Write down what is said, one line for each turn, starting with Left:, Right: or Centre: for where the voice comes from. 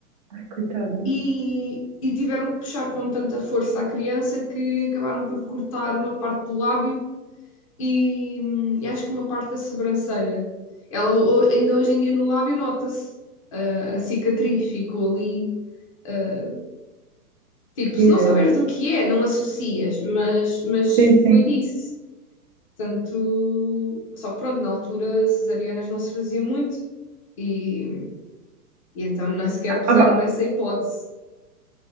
Right: Ai, coitada.
Left: e, e tiveram que puxar com tanta força a criança que acabaram por cortar uma parte do lábio e, hum, e acho que uma parte da sobrancelha. Ela ainda hoje em dia no lábio nota-se ah, a cicatriz, ficou ali. ah, tipo,
Right: Que
Left: se não
Right: irado.
Left: saberes o que é, não associas, mas, mas
Right: Sim, sim.
Left: foi disso. Portanto, só que pronto, na altura cesarianas não se fazia muito e, e então nem sequer puseram
Right: Ah, pá,
Left: essa hipótese.